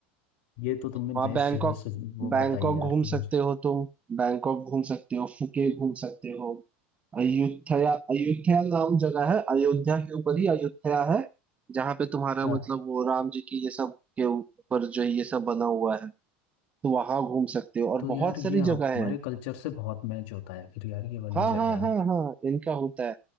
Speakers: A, on the left (about 70°); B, on the right (about 20°).
A: ये तो तुमने
B: वहाँ
A: बेस्ट
B: बैंकॉक
A: जगह से वो
B: बैंकॉक
A: बताई यार
B: घूम
A: कि मुझे
B: सकते हो तुम बैंकॉक घूम सकते हो फुके घूम सकते हो अयुथया अयुथया नाम जगह है अयोध्या के ऊपर ही अयुथया है जहाँ पे तुम्हारा
A: हाँ
B: मतलब वो राम जी की ये सब के ऊपर जो है ये सब बना हुआ है तो वहां घूम सकते हो और
A: तो यार
B: बहुत
A: ये
B: सारी
A: हमारे
B: जगह है
A: कल्चर से बहुत मैच होता है फिर यार ये वाली
B: हाँ
A: जगह
B: हाँ हाँ हाँ इनका होता है